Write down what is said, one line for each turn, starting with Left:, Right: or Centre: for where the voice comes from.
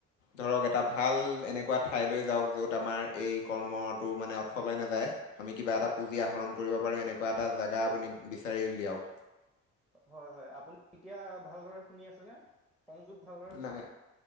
Left: ধৰক এটা ভাল এনেকুৱা ঠাইলৈ যাওঁক। য'ত আমাৰ এই কৰ্মটো মানে অৰ্থলে নাযায়। আমি কিবা এটা পুঁজি আহৰণ কৰিব পাৰোঁ। এনেকুৱা এটা জেগা আপুনি বিচাৰি উলিয়াক।
Centre: হয়, হয়, আপুনি এতিয়া ভালদৰে শুনি আছেনে? সংযোগ ভাল
Left: নাই